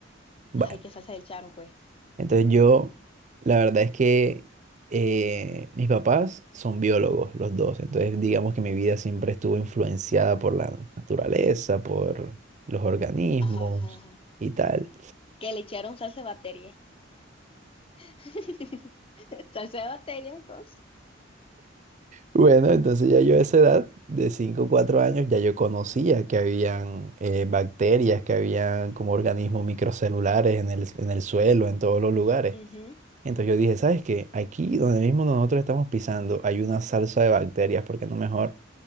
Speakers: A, on the right; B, on the left.
A: Bueno,
B: Ay, qué salsa del charo, pues.
A: entonces yo, la verdad es que eh, mis papás son biólogos, los dos. Entonces digamos que mi vida siempre estuvo influenciada por la naturaleza, por los organismos
B: Ajá, ajá, ajá.
A: y tal.
B: Que le echaron salsa de batería. <laughs> Salsa de batería, entonces.
A: Bueno, entonces ya yo a esa edad de cinco o 4 años ya yo conocía que habían eh, bacterias, que habían como organismos microcelulares en el, en el suelo, en todos los lugares.
B: Ujú.
A: Entonces yo dije, ¿sabes qué? Aquí donde mismo nosotros estamos pisando hay una salsa de bacterias, porque no mejor